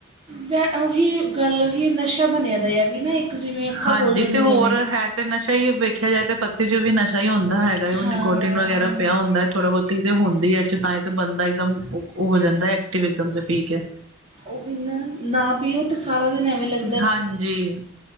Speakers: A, on the right; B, on the right.
A: ਵੈ ਓਹੀ ਗੱਲ ਓਹੀ ਨਸ਼ਾ ਬਨਿਆ ਦਾ ਏ ਐਵੀ ਨਾ ਇੱਕ ਜਿਵੇਂ ਅੱਖਾਂ
B: ਹਾਂਜੀ
A: ਖੋਲ ਜਾਂਦੀਆਂ
B: ਤੇ ਹੋਰ
A: ਨੇ।
B: ਹੈ ਤੇ ਨਸ਼ਾ ਈ ਵੇਖਿਆ ਜਾਏ ਤੇ ਪੱਤੀ ਚ ਵੀ ਨਸ਼ਾ ਈ ਹੁੰਦਾ ਹੈਗਾ ਓ
A: ਹਾਂ
B: ਨਿਕੋਟੀਨ ਵਗੈਰਾ ਪਿਆ ਹੁੰਦਾ ਐ ਥੋੜਾ ਬੋਤ ਹੁੰਦੀ ਐ ਤਾਂ ਈ ਤੇ ਬੰਦਾ ਇੱਕਦਮ ਓ ਓ ਜਾਂਦਾ ਐਕਟਿਵ ਇਕਦਮ ਤੇ ਪੀ ਕੇ।
A: ਓ ਵੀ ਨਾ, ਨਾ ਪੀਓ ਤੇ ਸਾਰਾ ਦਿਨ ਐਵੇਂ ਲੱ
B: ਹਾਂਜੀ,